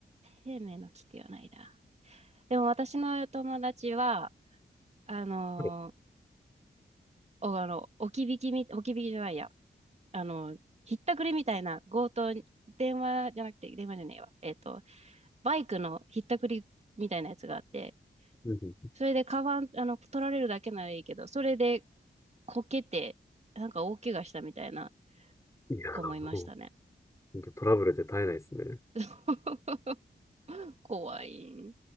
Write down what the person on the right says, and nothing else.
生命の危機はないな。でも私の友達は、あの
ーお、あの、置き引きみ、置き引きじゃないや。あの、ひったくりみたいな強盗に、電話じゃなくて、電話じゃねえわ。えっと、バイクのひったくりみたいなやつがあって、
それでカバン、あの、取られるだけならいいけど、それでこけて、なんか大怪我したみたいな
子もいましたね。
<laughs> 怖い。